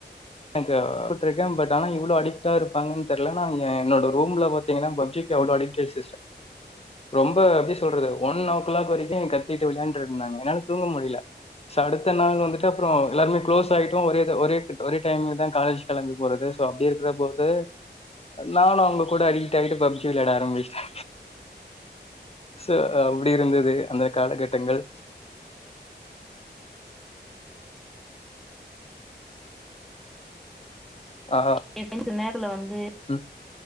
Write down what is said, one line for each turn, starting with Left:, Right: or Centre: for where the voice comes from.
Left: எனக்கு பட்றுக்கே ஆனா இவ்ளோ அடிக்டா இருப்பாங்கன்னு தெரில நா என்னோட ரூம்ல பாத்தீங்கன்னா பப்ஜிக்கு அவளோ அடிக்டிவ் சிஸ்டர் ரொம்ப எப்டி சொல்றது ஒன் ஓ கிளாக் வரைக்கு கத்திட்டு வெளையாண்டிருந்தாங்க என்னால தூங்க முடில சோ அடுத்த நாள் வந்துட்டு அப்பறொ எல்லாருமே க்ளோஸ் ஆயிட்டோ ஒரே த ஒரே ஒரே டைம்லதா காலேஜ் கெளம்பி போறது சோ அப்டி இருக்கிறப்போ வந்து நானு அவங்க கூட அடிக்ட் ஆய்ட்டு பப்ஜி வெளையாட ஆரம்பிச்ட்டே சோ அப்டி இருந்துது அந்த காலகட்டங்கள் ஆ
Centre: த சின்ஸ் நேர்ல வந்து
Left: ம்